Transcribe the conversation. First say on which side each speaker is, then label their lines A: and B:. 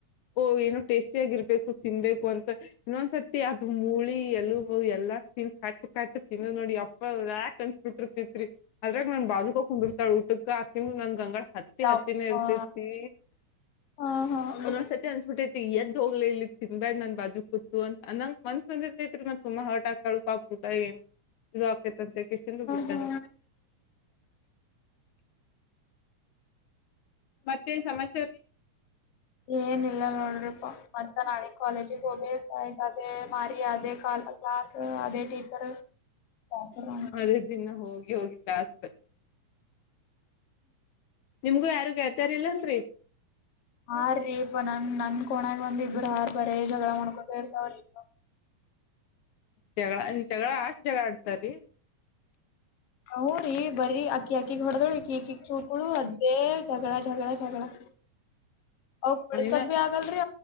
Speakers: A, on the left; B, on the left.
A: ಒ ಏನೋ ಟೇಸ್ಟಿ ಆಗಿರ್ಬೇ ತಿನ್ಬೇಕು ಅಂತ ಇನ್ನೊಂದ್ಸತಿ ಅದು ಮೂಳಿ ಎಲಬು ಎಲ್ಲಾ ತಿನ್ <unintelligible> ಕಟ್ ತಿನ್ನೋದ್ ನೋಡಿ ಎಪ್ಪ ವ್ಯಾಕ್ ಕನ್ಸ್ ಬಿಟ್ಟಿರ್ತಿತ್ರಿ ಅದ್ರಾಗ ನನ್ ಬಾಜೂಕ ಕುಂದಿರ್ತಾಳ ಊಟಕ್ಕ ಹಾಕಿಂದ್ ನನ್ ಗಂಗಳ ಹತ್ತಿ
B: ಯಪ್ಪಾ
A: ಹತ್ತಿನ ಇರ್ತೈತಿ
B: ಹಾ ಹಾ ಹಾ
A: ಒಂದೊದ್ಸತಿ ಅನ್ಸ್ಬಿಟ್ಟೈ ಇ ಎದ್ದ ಹೋಗ್ಲೆ ಇಲ್ಲಿ ತಿನಬ್ಯಾಡ್ ನನ್ ಬಾಜು ಕೂತ್ತು ಅಂತ ಅನ್ನಂಗ ಮನ್ಸ್ ಬಂದಿರ್ತೈತ್ರಿ ಮತ್ತ್ ಸುಮಾ ಹರ್ಟ್ ಆಗ್ತಾಳು ಪಾಪ ಊಟ ಏನ್ ಇದು ಆಕ್ಯತಂತ್ ಕ್ಯಾಸಿಂದ್ ಬಿಟ್ಟನಿ.
B: ಹಾ
A: ಮತ್ತೇನ್ ಸಮಾಚಾರೀ
B: ಏನ ಇಲ್ಲ ನೋಡ್ರಿಪ ಮತ್ ನಾಳೀ ಕಾಲೇಜಗಿ ಹೋಬೇಕ್ ಅದೆ ಮಾರಿ ಆದೆ ಕ್ಲಾಸ್ ಆದೆ ಟೀಚರ್ ಕ್ಲಾಸರ್
A: ಅದೇ ದಿನ ಹೋಗ್ ಗೆ ಹೋಗಿದಾಸ್ತ್ ನಿಮ್ಗೂ ಯಾರುಗ್ <unintelligible> ಇಲ್ಲನ್ರಿ?
B: ಹಾರಿ ಪ್ಪ ನನ್ ನನ್ ಕೋಣ್ಯಾಗ ಒಂದ ಇಬ್ಬರು ಹಾರ್ ಬರೆ ಜಗಳ ಮಾಡ್ಕೊ <unintelligible>
A: ಜಗಳ ಜಗಳ ಆಷ್ಟ್ ಜಗಳಾಡ್ ತರಿ
B: ಹೂ ರೀ ಬರಿ ಅಕಿ ಆಕ್ಕಿಗ್ ಹೊಡ್ದಳ ಇಕಿ ಈಕಿಗ್ ಚೂಟ್ ಗಳು ಅದೇ ಜಗಳ ಜಗಳ ಜ <unintelligible> ಅವಕ್ ಬಿಡ್ಸಾಕ್
A: ಇನ್ನ
B: ಬೀ ಆಗ್ಲರಿ